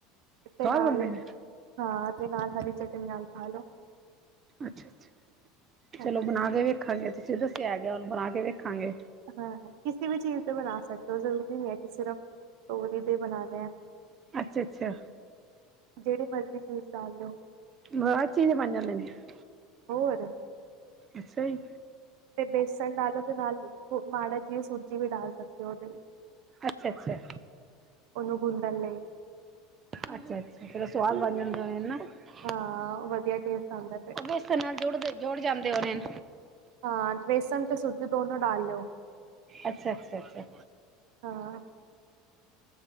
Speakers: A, on the right (about 65°); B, on the right (about 35°).
A: ਤੇ
B: ਸਵਾਦ
A: ਨਾਲ਼
B: ਬਣਦੇ ਨੇ
A: ਅ ਤੇ ਨਾਲ਼ ਹਰੀ ਚਟਨੀ ਨਾਲ਼ ਖਾ ਲੋ
B: ਅੱਛਾ-ਅੱਛਾ
A: ਹਾਂਜੀ
B: ਚਲੋ ਬਣਾ ਕੇ ਵੇਖਾਂਗੇ ਤੁਸੀਂ ਦੱਸਿਆਂ ਗਿਆ ਉਹਨੂੰ ਬਣਾ ਕੇ ਵੇਖਾਂਗੇ
A: ਹਾਂ ਕਿਸੇ ਵੀ ਚੀਜ਼ ਤੇ ਬਣਾ ਸਕਦੇ ਓ ਜ਼ਰੂਰੀ ਨਹੀਂ ਐ ਕਿ ਸਿਰਫ਼ ਤੋਰੀ ਦੇ ਬਣਾ ਲਿਆ।
B: ਅੱਛਾ-ਅੱਛਾ।
A: ਜਿਹੜੇ ਮਰਜ਼ੀ ਫਰੂਟਸ ਡਾਲ ਲਉ
B: <unintelligible>
A: ਹੋਰ।
B: ਅੱਛਾ ਜੀ।
A: ਤੇ ਵੇਸਨ ਡਾਲੋ ਨਾਲ ਮਾੜਾ ਜਿਆ ਸੂਜੀ ਵੀ ਡਾਲ ਸਕਦੇ ਉਹਦੇ ਵਿੱਚ
B: ਅੱਛਾ-ਅੱਛਾ।
A: ਉਹਨੂੰ ਗੁੰਦਨ ਲਈ।
B: ਅੱਛਾ-ਅੱਛਾ ਫਿਰ ਉਹ ਸੁਆਦ ਬਣ <unintelligible>
A: ਹਾਂ, ਵਧੀਆ ਟੇਸਟ ਆਂਦਾ ਫਿਰ।
B: ਇਸ ਨਾਲ ਜੁੜਦੇ-ਜੁੜ ਜਾਂਦੇ ਹੋਣੇ।
A: ਹਾਂ, ਬੇਸਣ ਤੇ <unintelligible> ਦੋਨੋ ਡਾਲ ਲੋ।
B: ਅੱਛਾ-ਅੱਛਾ, ਅੱਛਾ।
A: ਹਾਂ।